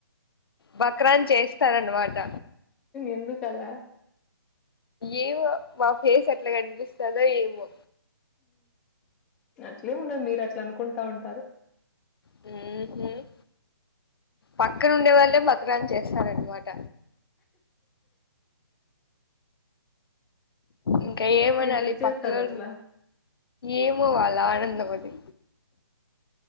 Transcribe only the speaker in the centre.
ఎందుకు అలా
అట్లెం ఉండదు మీరు అట్లా అనుకుంటా ఉంటారు
ఎందుకు చేస్తారు
అట్లా